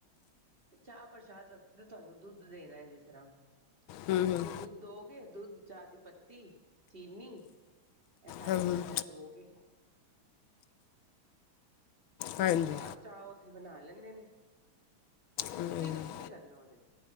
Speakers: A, on the right; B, on the left.
A: ਚਾਹ ਪ੍ਰਸ਼ਾਦ ਵਾਸਤੇ ਤਾਂ ਤੁਹਾਨੂੰ ਦੁੱਧ ਦੇਣਾ ਹੈ ਜਿਸ ਤਰ੍ਹਾਂ
B: ਹਮ
A: ਤੁਸੀਂ
B: ਹਮ,
A: ਦੁੱਧ ਦੋਗੇ ਦੁੱਧ ਚਾਹ ਦੀ ਪੱਤੀ ਚੀਨੀ ਇਹ ਸਾਰੀਆਂ
B: ਹਮ ਹਮ,
A: ਚੀਜ਼ਾਂ ਦਓਗੇ ਉਹ
B: ਹਾਂਜੀ
A: ਆਪਣੇ ਆਪ ਚਾਹ ਉੱਥੇ ਬਣਾ ਲੈਂਦੇ ਨੇ ਤੁਸੀ
B: ਹਮ,
A: ਤੁਸੀਂ
B: ਹਮ,
A: ਕੁਛ ਨੀ ਕਰਨਾ ਉਹਦੇ ਚ